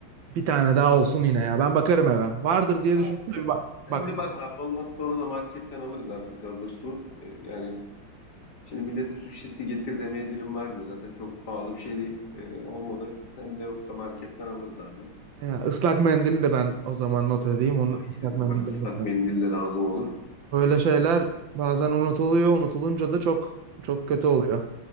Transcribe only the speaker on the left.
Tamam
sen
sen
bir
bak abi olmaz sonra da marketten alırız artık hazır su. Ee, yani şimdi millete su şişesi getir demeye dilim varmıyor. Zaten çok pahalı bir şey değil. Ee, olmadı. Sen de yoksa marketten alırız abi.
İyi
dedim
bak ıslak
mendille lazım olur.